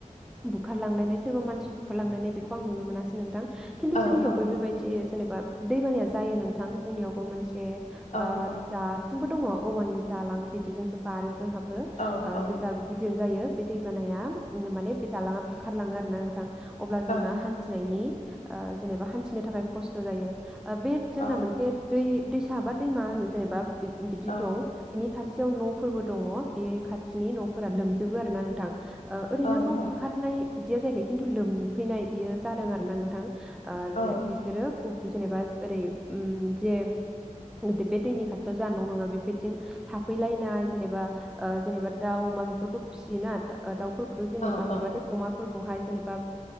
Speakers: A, in the centre; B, on the left (about 60°).
A: बुखारलांलायनाय सोरबा मानसि बुखारलांलायनाय बेखौ आं नुनो मोनासै नोंथां खिन्थु
B: औ
A: जोंनियावबो
B: औ
A: बेबायदि जेनेबा दैबानाया जायो नोंथां जोंनियावबो मोनसे ओ
B: औ औ
A: दासिमबो दङ औवानि दालां बिदिजोंसो बारो जोंहा
B: औ औ
A: जेब्ला गिदिर जायो बे दै बानाया माने बे दालाङा बुखारलाङो आरो ना नोंथां अब्ला
B: औ
A: जोंना हान्थिनायनि ओ जेनेबा हान्थिनो थाखाय खस्थ' जायो बे जोंना
B: औ
A: मोनसे दुइ दैसा बा दैमा होनो जेनेबा बिदि
B: औ
A: दं बिनि खा खाथिजों न'फोरबो दङ बे खाथिनि न'फोरा लोमजोबो आरो ना नोंथां
B: औ
A: ओरैनो न' बुखारनाय बिदिया जाहैखाय खिन्थु लोमफैनाय बियो जादों आरो ना नोंथां ओ
B: औ
A: जे बिसोरो <unintelligible> जेनेबा ओरै जे बे दैनि खाथियाव जानाय न' नङा बेबायथिं थाफैलायनाय जेनेबा जेनेबा दाउ अमा बेफोरखौ फिसियो ना दाउ जेनेबा
B: औ औ
A: माबादेब अमाफोर बेहाय जेनेबा